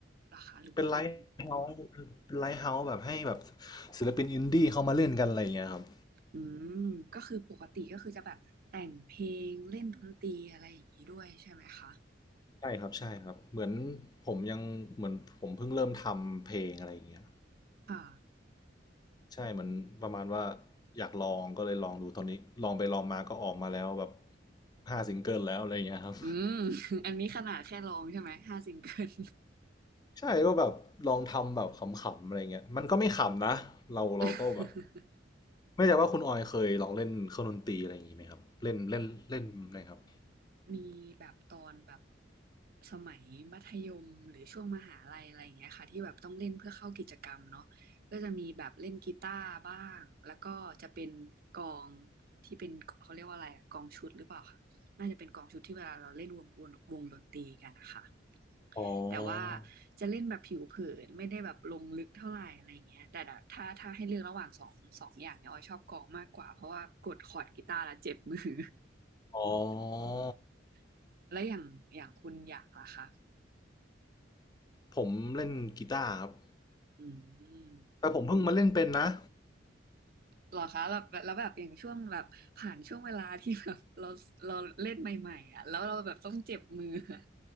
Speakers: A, on the right (about 50°); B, on the left (about 20°).
A: เหรอคะหรือว่าเป็น
B: เป็นไลฟ์เฮาส์เป็นไลฟ์เฮาส์แบบให้แบบศิลปินอินดี้เขามาเล่นกันอะไรอย่างเงี้ยครับ
A: อืมก็คือปกติก็คือจะแบบแต่งเพลงเล่นดนตรีอะไรอย่างนี้ด้วยใช่ไหมคะ
B: ใช่ครับใช่ครับเหมือนผมยังเหมือนผมเพิ่งเริ่มทำเพลงอะไรอย่างเงี้ย
A: ค่ะ
B: ใช่เหมือนประมาณว่าอยากลองก็เลยลองดูตอนนี้ลองไปลองมาก็ออกมาแล้วแบบห้าซิงเกิลแล้วอะไรอย่างเงี้ยครับ
A: อืม <laughs> อันนี้ขนาดแค่ร้องใช่ไหมห้าซิงเกิล
B: <laughs> ใช่ก็แบบลองทำแบบขำๆอะไรเงี้ยมันก็ไม่ขำนะเราเราก็แบบ
A: <laughs>
B: ไม่ใช่ว่าคุณออยเคยลองเล่นเครื่องดนตรีอะไรอย่างงี้ไหมครับเล่นเล่นเล่นอะไรครับ
A: มีแบบตอนแบบสมัยมัธยมหรือช่วงมหาลัยอะไรอย่างเงี้ยค่ะที่แบบต้องเล่นเพื่อเข้ากิจกรรมเนาะก็จะมีแบบเล่นกีตาร์บ้างแล้วก็จะเป็นกลองที่เป็นเขาเรียกว่าอะไรอะกลองชุดหรือเปล่าค่ะน่าจะเป็นกลองชุดที่เวลาเราเล่นวงวงวงดนตรีกันนะคะ
B: อ๋อ
A: แต่ว่าจะเล่นแบบผิวเผินไม่ได้แบบลงลึกเท่าไหร่อะไรอย่างเงี้ยแต่ถ้าถ้าให้เลือกระหว่างสองสองอย่างเนี่ยออยชอบกลองมากกว่าเพราะว่ากดคอร์ดกีตาร์แล้วเจ็บมือ
B: อ๋อ
A: <laughs> และอย่างอย่างคุณอยากล่ะคะ
B: ผมเล่นกีตาร์ครับ
A: อืม
B: แต่ผมเพิ่งมาเล่นเป็นนะ
A: เหรอคะแล้วแล้วแบบอย่างช่วงแบบผ่านช่วงเวลาที่แบบเราเราเล่นใหม่ๆอ่ะแล้วเราแบบต้องเจ็บมืออะ